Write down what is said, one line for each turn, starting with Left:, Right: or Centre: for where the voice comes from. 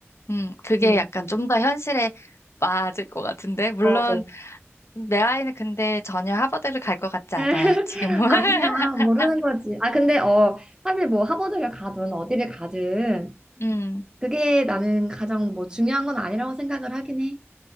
Left: 음, 그게
Right: 음.
Left: 약간 좀 더 현실에 맞을 것 같은데. 물론
Right: 맞아.
Left: 내 아이는 근데 전혀 하버드를 갈 것 같지
Right: <laughs>
Left: 않아, 지금은.
Right: 아니야,
Left: <laughs>
Right: 모르는 거지. 아, 근데, 어, 사실 뭐 하버드를 가든 어디를 가든
Left: 음.
Right: 그게 나는 가장 뭐 중요한 건 아니라고 생각을 하긴 해.